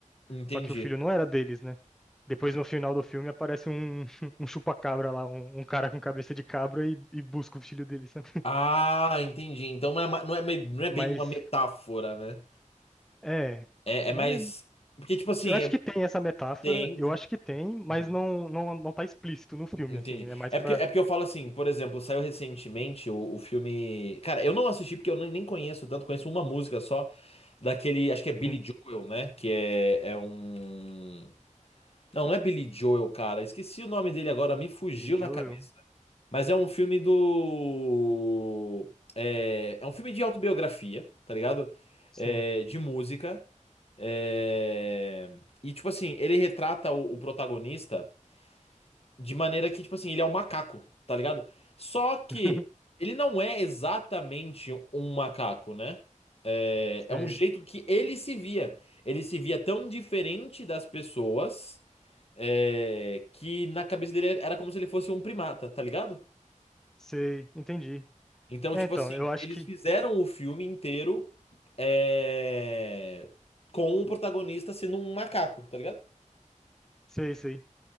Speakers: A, on the left; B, in the centre.
A: Entendi.
B: Só que o filho não era deles, né? Depois, no final do filme, aparece um, <laughs> um chupa-cabra lá, um, um cara com cabeça de cabra e, e busca o filho dele, sabe?
A: Ah, entendi. Então não é, ma- não é, me- não é
B: Mas,
A: bem uma metáfora, né?
B: é.
A: É,
B: Mas
A: é mais. Porque, tipo assim,
B: eu acho
A: é-
B: que tem essa metáfora,
A: tem.
B: eu acho que tem, mas
A: Uhum.
B: não, não, não tá explícito no filme,
A: Entendi.
B: assim. É mais
A: É
B: pra.
A: porque, é porque eu falo assim, por exemplo, saiu recentemente o, o filme. Cara, eu não assisti porque eu nem, nem conheço tanto, conheço uma música só daquele. Acho que é Billy
B: Sim,
A: Joel, né? Que é, é um. Não, não é Billy Joel, cara. Esqueci o nome dele agora, me fugiu
B: de Joel,
A: na cabeça. Mas é um filme do. É, é um filme de autobiografia, tá ligado?
B: sim.
A: É, de música. É, E, tipo assim, ele retrata o o protagonista. De maneira que, tipo assim, ele é um macaco, tá ligado? Só que
B: <laughs>
A: ele não é exatamente um macaco, né? É,
B: Sei,
A: é um jeito que ele se via. Ele se via tão diferente das pessoas, é, que na cabeça dele era como se ele fosse um primata, tá ligado?
B: sei, entendi.
A: Então,
B: É,
A: tipo
B: então,
A: assim,
B: eu acho
A: eles
B: que.
A: fizeram o filme inteiro, é, com o protagonista sendo um macaco, tá ligado?
B: Sei, sei.